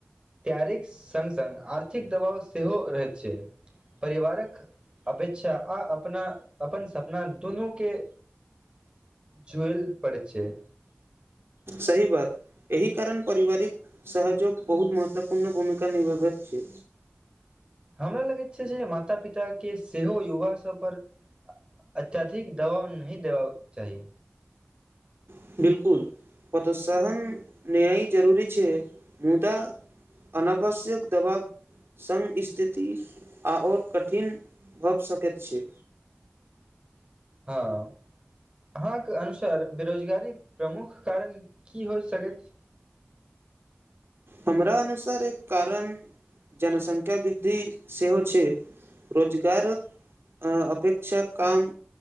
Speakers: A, on the right; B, on the right.
A: तैयारीक संग-संग आर्थिक दबाव सेहो रहैत छै, परिवारक अपेक्षा आ अपना अपन सपना दुनू के झुएल पड़ैत छै।
B: सही बात एहि कारण पारिवारिक सहजोग बहुत महत्वपूर्ण भूमिका निभाबैत छै।
A: हमरा लगैत छै जे माता-पिता के सेहो युवा सब पर अत्यधिक दबाव नहि देबाक चाही।
B: <unintelligible> कुल पदोत्साहन न्याय जरूरी छै मुद्दा अनावश्यक दबाव संग स्थिति आओर कठिन भऽ सकैत छै।
A: हाँ अहाँके अनुसार बेरोजगारी के प्रमुख कारण की होय सकैत
B: हमरा अनुसार एक कारण जनसंख्या वृ द्धि सेहो छै। रोजगारक अ अपेक्षा काम